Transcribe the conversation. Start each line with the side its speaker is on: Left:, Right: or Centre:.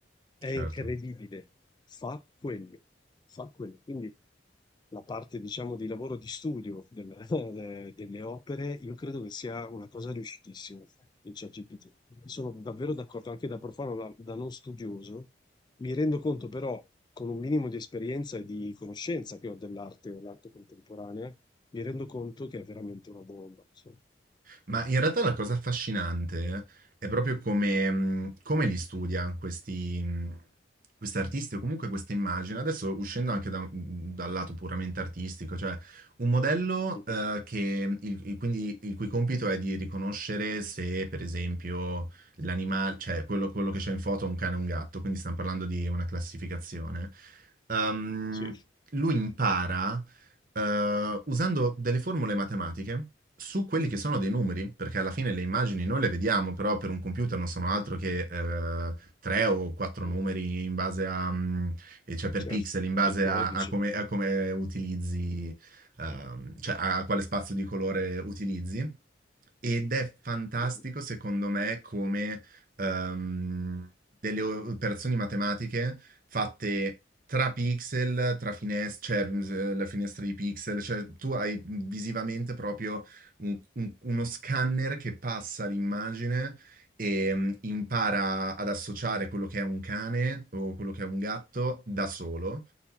Left: è
Right: certo.
Left: incredibile. Fa quello, fa quello. Quindi. La parte diciamo di lavoro di studio del <laughs> de delle opere, io credo che sia una cosa riuscitissima il ChatGPT. Sono davvero d'accordo, anche da profano, da, da non studioso. Mi rendo conto però, con un minimo di esperienza e di conoscenza che ho dell'arte, dell'arte contemporanea, mi rendo conto che è veramente una bomba. cioè.
Right: Ma in realtà la cosa affascinante è proprio come, mh, come li studia questi, mh, questi artisti o comunque queste immagini. Adesso uscendo anche da- mh, dal lato puramente artistico, cioè un modello
Left: Mhm.
Right: eh, che il, il- quindi il cui compito è di riconoscere se, per esempio, l'animale, cioè quello, quello che c'è in foto è un cane o un gatto, quindi stiamo parlando di una classificazione. Ehm,
Left: Sì,
Right: lui impara eh, usando delle formule matematiche su quelli che sono dei numeri, perché alla fine le immagini noi le vediamo, però per un computer non sono altro che eh, tre o quattro
Left: vero.
Right: numeri in base a, mm, e cioè per
Left: Certo,
Right: pixel, in base
Left: al codice.
Right: a, a come, a come utilizzi, ehm, cioè a quale spazio di colore utilizzi. Ed è fantastico,
Left: Mhm.
Right: secondo me, come ehm, delle o- operazioni matematiche fatte tra pixel, tra finestre, cioè eh, la finestra di pixel, cioè tu hai visivamente proprio un- un- uno scanner che passa l'immagine e mm, impara ad associare quello che è un cane o quello che è un gatto da solo